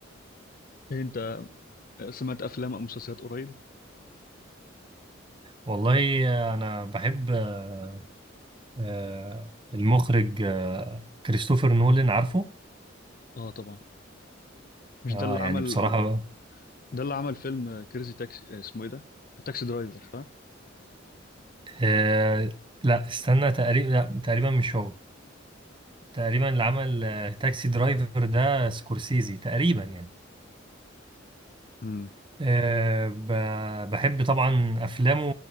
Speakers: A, on the left; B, on the right.
A: إيه انت سمعت افلام او مسلسلات قريب
B: والله انا بحب آه، آه، المخرج آه، كريستوفر نولان عارفه
A: اه طبعا مش
B: اه
A: ده اللي عمل
B: يعني بصراحة
A: ده اللي عمل فيلم كريزي تاكسي آه، اسمه ايه ده تاكسي درايفر صح
B: آه، لا استنى تقريبا لا تقريبا مش هو تقريبا اللي عمل آه، تاكسي درايفر ده سكورسيزي تقريبا يعني
A: امم
B: آه، ب- بحب طبعا افلامه